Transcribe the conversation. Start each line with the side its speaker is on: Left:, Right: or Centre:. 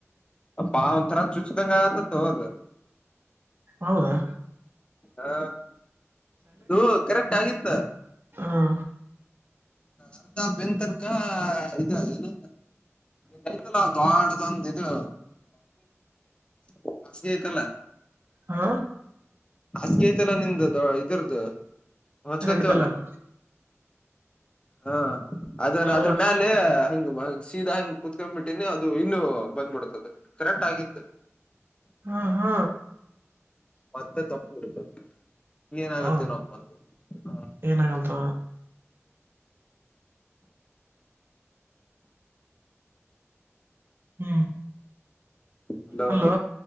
Left: ಅಪ್ಪಾ ಒಂಥರ ಚುಚಿದಂಗ್ಗ ಆಗಾಕತ್ತಾದ ತೊ ಅದು
Right: ಹೌದಾ
Left: ಹಾ ಅದು ಕರೆಕ್ಟ್ ಆಗಿತ್ತು
Right: ಹ್ಮ
Left: ಅರ್ಧ ಬೆನ್ನ ತನಕ ಇದು ಏನ್ ಹೈತಾಳ ಐತಲ್ಲ ದ್ವಾಂಡದೊಂದು ಇದು ಇದುಸ್ ಐತಲ್ಲ
Right: ಹಾ
Left: ಹಾಸ್ಗೆ ಹೆಂತಾಳ ನಿಂದು ಇದರದು ವಚಗತಿವಲ್ಲ
Right: ರೆಡ್ ಕಲರ್
Left: ಹಾ ಅದ
Right: ಹ
Left: ಅದ್ರಾ ಮ್ಯಾಲಿ ಹಂಗ ಸೀದಾ ಹಂಗೆ ಕುೂತ್ಕೊಂಡ್ಬಿಟ್ಟಿನಿ ಅದು ಇನ್ನು ಬಂದ್ಬಿಡ್ತದೆ ಕರೆಕ್ಟ್ ಆಗಿತ್ತು
Right: ಹಾ ಹಾ.
Left: ಮತ್ತೆ ತಪ್ಪು ಹುಡುಕೋದು. ಏನಾಗತ್ತೆ
Right: ಹೌದು
Left: ನೋ ಒಪ್ಪಂದ ಹ.
Right: ಏನಾಗಲ್ತ ಹ್ಮ್.
Left: ಹಲೋ
Right: ಅಲ್ಲೋ